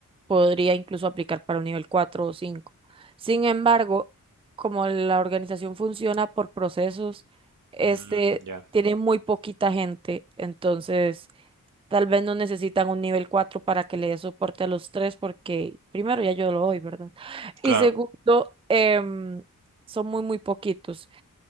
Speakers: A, on the right; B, on the right.
A: podría incluso aplicar para un nivel 4 o 5. Sin embargo, como la organización funciona por procesos, este
B: Mm, ya,
A: tiene muy poquita gente, entonces Tal vez no necesitan un nivel 4 para que le dé soporte a los tres, porque primero ya yo lo doy, ¿verdad?
B: claro.
A: Y segundo, em, son muy, muy poquitos.